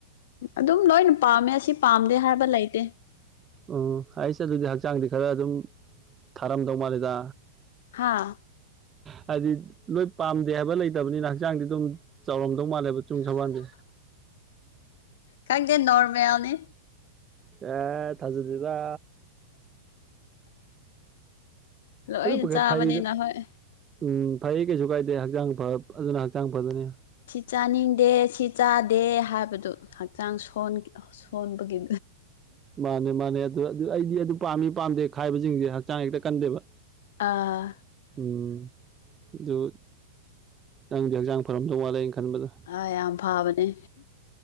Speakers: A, on the left; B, on the right.
A: ꯑꯗꯨꯝ ꯂꯣꯏꯅ ꯄꯥꯝꯃꯦ ꯑꯁꯤ ꯄꯥꯝꯗꯦ ꯍꯥꯏꯕ ꯂꯩꯇꯦ
B: ꯎꯝ ꯑꯩꯁꯦ ꯑꯗꯨꯗꯤ ꯍꯛꯆꯥꯡꯗꯤ ꯈꯔ ꯑꯗꯨꯝ ꯊꯥꯔꯝꯗꯧ ꯃꯥꯜꯂꯦꯗ
A: ꯍꯥꯥ
B: ꯎ ꯍꯥꯏꯗꯤ ꯂꯣꯏ ꯄꯥꯝꯗꯦ ꯍꯥꯏꯕ ꯂꯩꯇꯕꯅꯤꯅ ꯍꯛꯆꯥꯡꯗꯤ ꯑꯗꯨꯝ ꯆꯥꯎꯔꯝꯗꯧ ꯃꯥꯜꯂꯦꯕ ꯆꯨꯝ ꯁꯧꯕꯥꯟꯁꯦ
A: ꯈꯪꯗꯦ ꯅꯣꯔꯃꯦꯜꯅꯤ
B: ꯑꯦ ꯊꯥꯖ ꯊꯗ
A: ꯂꯣꯏꯅ
B: ꯑꯗꯨ
A: ꯆꯥꯕꯅꯤꯅ
B: ꯐꯩꯗ
A: ꯍꯣꯏ
B: ꯎꯝ ꯐꯩ ꯀꯩꯁꯨ ꯀꯥꯏꯗꯦ ꯍꯛꯆꯥꯡ ꯐ ꯑꯗꯨꯅ ꯍꯛꯆꯥꯡ ꯐꯗꯨꯅꯤ
A: ꯁꯤ ꯆꯥꯅꯤꯡꯗꯦ ꯁꯤ ꯆꯥꯗꯦ ꯍꯥꯏꯕꯗꯨ ꯍꯛꯆꯥꯡ ꯁꯣꯟꯕꯒꯤ
B: ꯃꯥꯅꯦ ꯃꯥꯅꯦ ꯑꯗꯨ ꯑꯗꯨ ꯑꯩꯗꯤ ꯑꯗꯨ ꯄꯥꯝꯃꯤ ꯄꯥꯝꯗꯦ ꯈꯥꯏꯕꯁꯤꯡꯁꯦ ꯍꯛꯆꯥꯡ ꯍꯦꯛꯇ ꯀꯟꯗꯦꯕ
A: ꯑꯥ
B: ꯎꯝ ꯑꯗꯨ ꯅꯪꯗꯤ ꯍꯛꯆꯥꯡ ꯐꯔꯝꯗꯧ ꯋꯥꯠꯂꯦꯩꯅ ꯈꯟꯕꯗꯣ
A: ꯑ ꯌꯥꯝ ꯐꯕꯅꯦ